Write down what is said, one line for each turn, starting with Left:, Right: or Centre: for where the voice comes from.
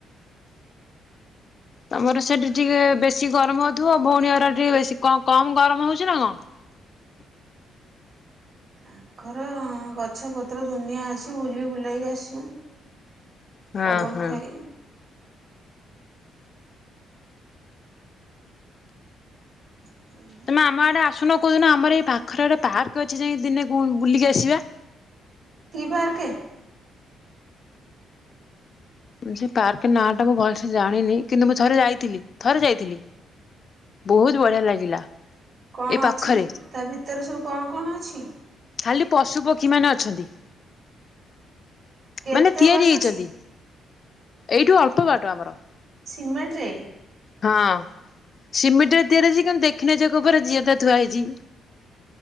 Left: ତମର ସେଇଠି ଟିକେ ବେଶୀ ଗରମ ହୋଉଥିବ ଭଉଣୀ ଘର ଟିକେ ବେଶୀ କମ୍ କମ୍ ଗରମ ହୋଉଚି ନା କଣ?
Right: ତାଙ୍କର ଗଛପତ୍ର ଦୁନିଆ ଅଛି ବୁଲି ବୁଲାକି ଆସିମୁ।
Left: ହଁ
Right: ପବନ
Left: ହଁ
Right: ଖାଇ <inaudible>
Left: ତମେ ଆମ ଆଡେ ଆସୁନ କୋଉଦିନ ଆମର ଏଇ ପାଖରେ ଗୋଟେ ପାର୍କ ଅଛି ଯାଇକି ଦିନେ ବୁ ବୁଲିକି ଆସିବା।
Right: କି ପାର୍କେ?
Left: ସେ ପାର୍କେ ନାଁ ଟା ମୁଁ ଭଲସେ ଜାଣିନି କିନ୍ତୁ ମୁଁ ଥରେ ଯାଇଥିଲି ଥରେ ଯାଇଥିଲି। ବହୁତ ବଢିଆ ଲାଗିଲା।
Right: କଣ
Left: ଏ ପାଖରେ
Right: ଅଛି ତା ଭିତରେ ସବୁ କଣ କଣ ଅଛି?
Left: ଖାଲି ପଶୁ ପକ୍ଷୀ ମାନେ ଅଛନ୍ତି।
Right: କେତେ
Left: ମାନେ ତିଆରି
Right: ବାଟ
Left: ହେଇଚନ୍ତି,
Right: ସେ
Left: ଏଇଠୁ ଅଳ୍ପ ବାଟ ଆମର।
Right: ସିମେଣ୍ଟ ରେ?
Left: ହଁ ସିମେଣ୍ଟରେ ତିଆରି ହେଇଚି କିନ୍ତୁ ଦେଖିନେ ଯିଏ କହିବ ଏରା ଜିଅଁତା ଥୁଆ ହେଇଚି।